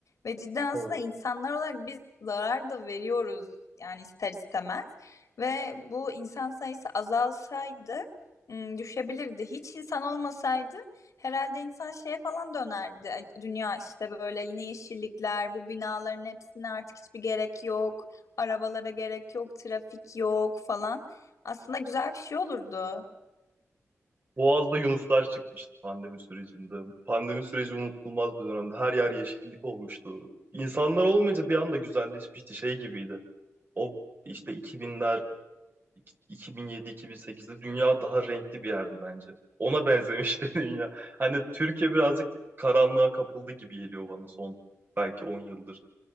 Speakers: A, on the left; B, on the right.
A: Ve cidden aslında
B: Evet.
A: insanlar olarak biz zarar da veriyoruz yani ister istemez. Ve bu insan sayısı azalsaydı ım, düşebilirdi. Hiç insan olmasaydı Herhalde insan şeye falan dönerdi. Ay, Dünya işte böyle yine yeşillikler, bu binaların hepsine artık hiçbir gerek yok. Arabalara gerek yok, trafik yok falan. Aslında güzel bir şey olurdu.
B: Boğaz'da yunuslar çıkmıştı pandemi sürecinde. Pandemi süreci unutulmaz bir dönemdi. Her yer yeşillik olmuştu. İnsanlar olmayınca bir anda güzelleşmişti. Şey gibiydi. O işte 2000'ler, 2007-2008'de dünya daha renkli bir yerdi bence. Ona benzemişti <laughs> dünya. Hani Türkiye birazcık karanlığa kapıldı gibi geliyor bana son belki 10 yıldır.